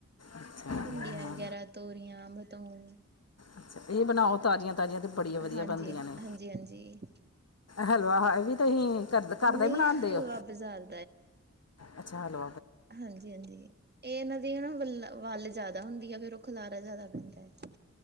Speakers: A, on the left; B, on the right.
A: ਅੱਛਾ ਹਾਂ।
B: ਭਿੰਡੀਆਂ ਵਗੈਰਾ ਤੋਰੀਆਂ, ਬਤਾਓ।
A: ਅੱਛਾ ਇਹ ਬਣਾਓ ਤਾਜ਼ੀਆਂ- ਤਾਜ਼ੀਆਂ ਤੇ ਬੜੀ ਵਧੀਆ
B: ਹਾਂਜੀ,
A: ਬਣਦੀਆ ਨੇ।
B: ਹਾਂਜੀ, ਹਾਂਜੀ
A: ਹਲਵਾ ਹ ਵੀ ਤੁਸੀਂ ਕਰ ਘਰਦਾ, ਘਰਦਾ
B: ਨਹੀਂ
A: ਬਣਾਦੇ
B: ਹਲਵਾ
A: ਓ।
B: ਬਾਜ਼ਾਰ
A: ਅੱਛਾ, ਹੈਲੋ।
B: ਹਾਂਜੀ-ਹਾਂਜੀ, ਇਹ ਇਹਨਾਂ ਦੀ ਹਨਾ ਵੱਲ, ਵੱਲ ਜ਼ਿਆਦਾ ਹੁੰਦੀ ਆ ਫੇਰ ਉਹ ਖਿਲਾਰਾ ਜ਼ਿਆਦਾ ਪੈਂਦਾ ਹੈ,